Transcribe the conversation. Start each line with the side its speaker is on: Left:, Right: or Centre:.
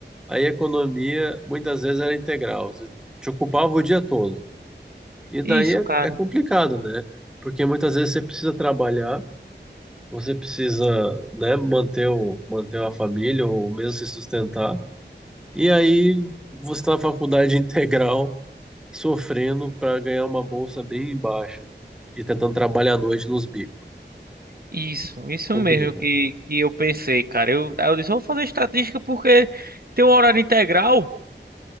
Centre: Aí economia, muitas vezes era integral, você te ocupava o dia todo. E daí
Right: isso,
Centre: é,
Right: cara.
Centre: é complicado, né? Porque muitas vezes você precisa trabalhar, você precisa, né, manter o, manter a família ou mesmo se sustentar. E aí você está na faculdade <laughs> integral, sofrendo para ganhar uma bolsa bem baixa e tentando trabalhar à noite nos bicos.
Right: Isso, isso
Centre: Complica.
Right: mesmo que, que eu pensei, cara. Eu, aí eu disse, vou fazer estatística porque tem um horário integral